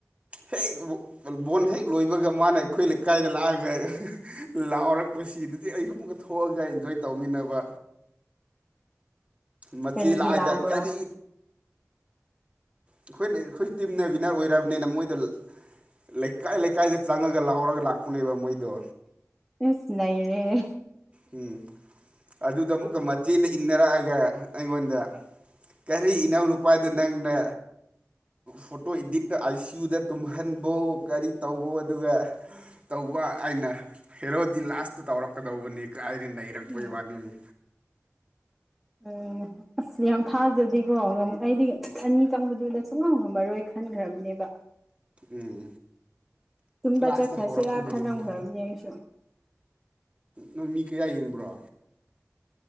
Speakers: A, on the right (about 25°); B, in the centre.
A: ꯍꯦꯛ ꯕꯣꯟ ꯍꯦꯛ ꯂꯣꯏꯕꯒ ꯃꯥꯅ ꯑꯩꯈꯣꯏ ꯂꯩ ꯀꯥꯏꯗ ꯂꯥꯛꯑꯒ ꯂꯥꯎꯔꯛꯄꯁꯤꯗꯗꯤ ꯑꯩꯁꯨꯨ ꯑꯃꯨꯛꯀ ꯊꯣꯛꯑꯒ ꯏꯟꯖꯣꯏ ꯇꯧꯃꯤꯟꯅꯕ ꯃꯆꯦ
B: ꯀꯔꯤꯒꯤ
A: ꯂꯥꯛꯑꯒ
B: ꯂꯥꯎꯕ꯭ꯔꯣ
A: ꯀꯔꯤ ꯑꯩꯈꯣꯏꯅ ꯑꯩꯈꯣꯏ ꯇꯤꯝꯅ ꯋꯤꯟꯅꯔ ꯑꯣꯏꯔꯕꯅꯤꯅ ꯃꯣꯏꯗ ꯂꯩꯀꯥꯏ ꯂꯩꯀꯥꯏꯗ ꯆꯪꯉꯒ ꯂꯥꯎꯔꯒ ꯂꯥꯛꯄꯅꯦꯕ ꯃꯣꯏꯗꯣ
B: ꯏꯁ ꯅꯩꯔꯦꯍꯦ
A: ꯎꯝ ꯑꯗꯨꯗ ꯑꯃꯨꯛꯀ ꯃꯆꯦꯅ ꯏꯟꯅꯔꯛꯑꯒ ꯑꯩꯉꯣꯟꯗ ꯀꯔꯤ ꯏꯅꯥꯎꯅꯨꯄꯥꯗ ꯅꯪꯅ ꯐꯣꯇꯣ ꯏꯗꯤꯠꯇ ꯑꯥꯏ ꯁꯤ ꯌꯨꯗ ꯇꯨꯝꯍꯟꯕꯣ ꯀꯔꯤ ꯇꯧꯕꯣ ꯑꯗꯨꯒ ꯇꯧꯕ ꯑꯩꯅ ꯍꯦꯔꯣꯗꯤ ꯂꯥꯁꯇ ꯇꯧꯔꯛꯀꯗꯧꯕꯅꯤ ꯀ ꯍꯥꯏꯗꯤ ꯅꯩꯔꯦ ꯔꯛꯄꯩ
B: ꯎꯝ
A: ꯋꯥꯅꯤꯅꯤ
B: ꯑꯣ ꯑꯁ ꯌꯥꯝ ꯊꯥꯖꯗꯤꯀꯣ ꯉꯝ ꯑꯩꯗꯤ ꯑꯅꯤ ꯆꯪꯕꯗꯨꯗ ꯁꯨꯡꯉꯝ ꯉꯝꯃꯔꯣꯏ ꯈꯟꯒ꯭ꯔꯕꯅꯦꯕ
A: ꯎꯝ
B: ꯇꯨꯝꯕ
A: ꯂꯥꯁꯇ
B: ꯆꯠꯈ꯭ꯔꯁꯤꯔꯥ
A: ꯍꯧꯔꯛꯄꯗꯨꯗꯅꯤꯅꯦ
B: ꯈꯜꯂꯝꯈ꯭ꯔꯕꯅꯦ ꯑꯩꯁꯨ
A: ꯅꯣꯏ ꯃꯤ ꯀꯌꯥ ꯌꯦꯡꯕ꯭ꯔꯣ